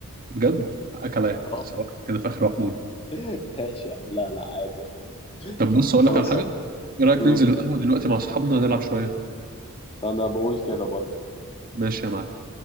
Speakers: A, on the right (about 40°); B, on the left (about 25°).
A: بجد حقك عليا
B: اه
A: سواء كده في اخر واحده دي
B: <laughs> ماشي يا عم لا لا عادي ولا ايه
A: طب بص اقول
B: خلاص
A: لك على حاجه
B: يا عم
A: ايه رايك
B: <laughs>
A: ننزل القهوه دلوقتي مع اصحابنا نلعب شويه
B: انا بقول كده برضه
A: ماشي يا معلم